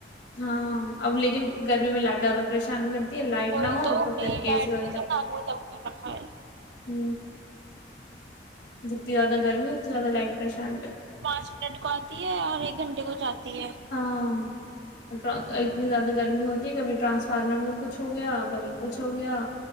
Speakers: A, on the left; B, on the right.
A: ہاں اب لیکن گرمی میں لائٹ زیادہ پریشان کرتی ہے لائٹ
B: کوئی
A: نہ ہو تو پھر
B: بھی
A: اے
B: لائٹ
A: سی و
B: نے تو ناک میں دم کر رکھا ہے
A: ہ جتنی زیاد گرمی اتتی زیاد لائگ پ شان
B: پانچ منٹ کو آتی ہے اور ایک گھنٹے کو جاتی ہے
A: ہاں اتنی زیادہ گرمی ہوتی ہے کبھی ٹرانسفارمر میں کچھ ہو گیا کبھی کچھ ہو گیا